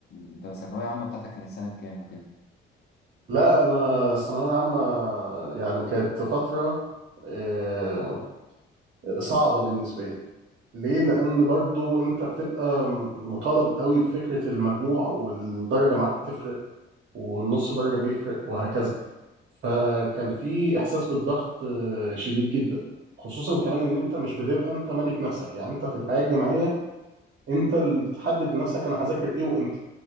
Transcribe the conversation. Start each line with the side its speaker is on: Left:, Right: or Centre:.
Left: انت الثانوية عامة بتاعتك كانت سنة كام وكده؟
Right: لا انا الثانوية العامة يعني كانت فترة آه، صعبة بالنسبة لي ليه لان برضو انت بتبقى مطالب قوي بفكره المجموع والدرجه معاك بتفرق والنص درجه بيفرق وهكذا فكان في احساس بالضغط آه، شديد جدا خصوصا كمان ان انت مش بتبقى انت ملك نفسك يعني انت في الحياه الجامعيه انت اللي بتحدد لنفسك انا هذاكر ايه وامتى